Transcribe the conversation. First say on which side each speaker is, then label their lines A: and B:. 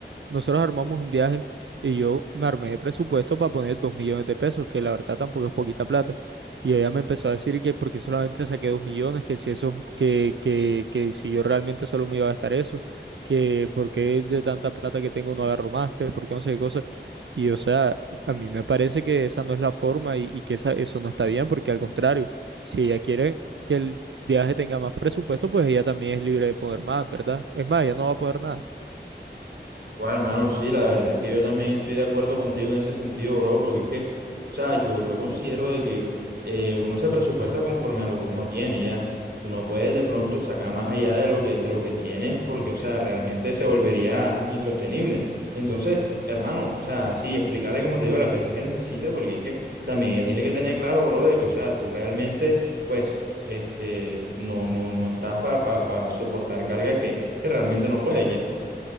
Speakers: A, on the right; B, on the right.
A: nosotros armamos un viaje y yo me armé de presupuesto para poner dos millones de pesos, que la verdad tampoco es poquita plata. Y ella me empezó a decir que porque solamente saqué dos millones, que si eso, que, que, que si yo realmente solo me iba a gastar eso, que porque de tanta plata que tengo no agarro más, que porque no sé qué cosa. Y o sea, a mí me parece que esa no es la forma y, y que esa, eso no está bien, porque al contrario, si ella quiere que el viaje tenga más presupuesto, pues ella también es libre de poner más, ¿verdad? Es más, ella no va a poner nada.
B: Bueno, hermano, sí, la verdad es que yo también estoy de acuerdo contigo en ese sentido, bro, porque es que, o sea, yo, yo considero de que eh, uno se presupuesta conforme a lo que uno tiene, ya. Uno puede de pronto sacar más allá de lo que, de lo que tiene, porque, o sea, realmente se volvería insostenible. Entonces, hermano, o sea, sí, explicarle como te digo las veces que necesita, porque es que también ella tiene que tener claro, bro, de que, o sea, tú realmente, pues, este, no, no, no estás para soportar cargas que, que realmente no puedes, ya.